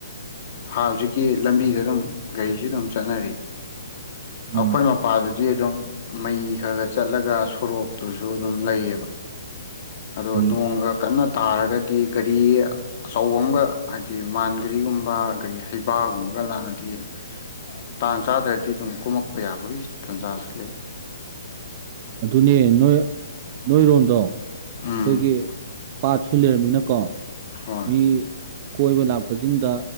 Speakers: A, on the left; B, on the right.
A: ꯍꯥꯟ ꯍꯧꯖꯤꯛꯀꯤ ꯂꯝꯕꯤꯗ ꯑꯗꯨꯝ ꯒꯥꯔꯤꯁꯨ ꯑꯗꯨꯝ ꯆꯠꯅꯔꯤ
B: ꯎꯝ
A: ꯑꯩꯈꯣꯏ ꯃꯄꯥꯗꯨꯗꯤ ꯑꯗꯨꯝ ꯃꯩ ꯈꯔ ꯈꯔ ꯆꯠꯂꯒ ꯁꯣꯔꯣꯛꯇꯨꯁꯨ ꯑꯗꯨꯝ ꯂꯩꯌꯦꯕ ꯑꯗꯣ
B: ꯎꯝ
A: ꯅꯣꯡꯒ ꯀꯟꯅ ꯇꯥꯔꯒꯗꯤ ꯒꯥꯔꯤ ꯑꯆꯧꯕ ꯑꯃꯒ ꯍꯥꯏꯗꯤ ꯃꯥꯟ ꯒꯥꯔꯤꯒꯨꯝꯕ ꯒꯥꯔꯤ ꯍꯩꯕꯒꯨꯝꯕ ꯑꯗꯨꯒ ꯂꯥꯛꯑꯗꯤ ꯇꯥꯡ ꯆꯥꯗ꯭ꯔꯗꯤ ꯑꯗꯨꯝ ꯀꯨꯝꯝꯃꯛꯄ ꯌꯥꯕꯒꯤ ꯇꯥꯟꯖꯥꯁꯨ ꯂꯩ ꯎ
B: ꯑꯗꯨꯅꯦ ꯅꯣꯏ ꯅꯣꯏꯔꯣꯝꯗꯣ ꯑꯩꯈꯣꯏꯒꯤ
A: ꯎꯝ
B: ꯄꯥꯠꯁꯨ ꯂꯩꯔꯝꯃꯤꯅꯀꯣ
A: ꯍꯣꯏ
B: ꯃꯤ ꯀꯣꯏꯕ ꯂꯥꯛꯄꯁꯤꯡꯗ